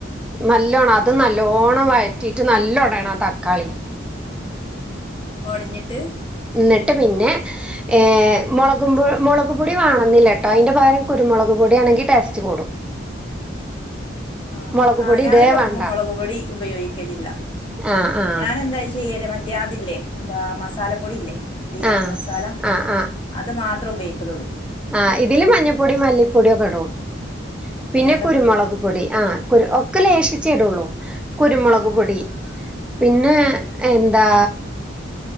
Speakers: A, in the centre; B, on the left (about 25°).
A: നല്ലോണം അത് നല്ലോണം വഴറ്റിട്ട് നല്ലോ ഒടയണം ആ തക്കാളി.
B: ഒട്ഞ്ഞിട്ട്.
A: ഇന്നെട്ട് പിന്നെ ഏഹ് മൊളകും മൊളക് പൊടി വാണന്നില്ലട്ടോ അയിന്റെ പകരം കുരുമുളക് പൊടിയാണെങ്കിൽ ടേസ്റ്റ് കൂടും.
B: ആഹ്
A: മുളക്
B: ആ
A: പൊടി
B: ഞാനും
A: ഇടേ
B: വെക്കുമ്പം
A: വേണ്ട
B: മൊളക് പൊടി ഉപയോഗിക്കലില്ല.
A: ആഹ് ആഹ്
B: ഞാനന്താ ചെയ്യല് മറ്റേ ആ അതില്ലേ എന്താ മസാലപ്പൊടിയില്ലേ? ബിരിയാണി
A: ആഹ്
B: മസാല
A: ആഹ്
B: അത് മാത്രേ ഉപയോഗിക്കലൊള്ളൂ.
A: ആ ഇതില് മഞ്ഞപ്പൊടിം, മല്ലിപ്പൊടിയൊക്കെ ഇടും പിന്നെ
B: ഏ അതൊക്കെ
A: കുരുമുളക്
B: ഇടുവോ
A: പൊടി ആഹ് കുരു ഒക്കെ
B: ഉം
A: ലേഷിച്ചെയിടൊള്ളൂ കുരുമുളക്
B: ഉം
A: പൊടി. പിന്നെ
B: ഉം
A: എന്താ.